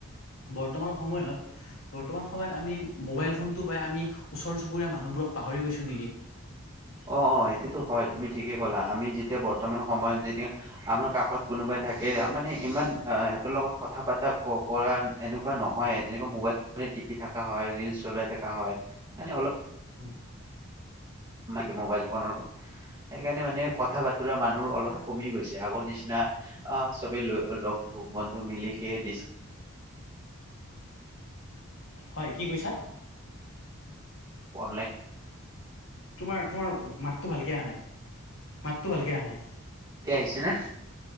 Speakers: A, on the left (about 65°); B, on the right (about 20°).
A: বৰ্তমান সময়ত বৰ্তমান সময়ত আমি মোবাইল ফোনটো বাাই আমি ওচৰ চুবুৰীয়া মানুহ বোৰক পাহৰি গৈছো নেকি
B: অ অ সেইটোতো হয় তুমি ঠিকে ক'লা আমি যেতিয়া বৰ্তমান সময়ত যেতিয়া আমাৰ কাষত কোনোবাই থাক মানে ইমান সিহঁতৰ লগত কথা পতা কৰা এনেকুৱা নহয় যেনেকুৱা মোবাইল টিভি থকা হয় ৰিলচ চলাই থাককা হয় এনে অলপ
A: হয়।
B: আমাকে মোবাইল ফোনৰ সেইকাৰণে মানে কথা বতৰা মানুহ অলপ কমি গৈছে আগৰ নিচিনা অ চবে লগ বন্ধু মিলি কে ডি
A: হয় কি কৈছা
B: অনলাইন
A: তোমাৰ তোমাৰ মাতটো ভালকে অহা নাই মাতটো ভালকে অহা নাই
B: এতিয়া আহিছে ন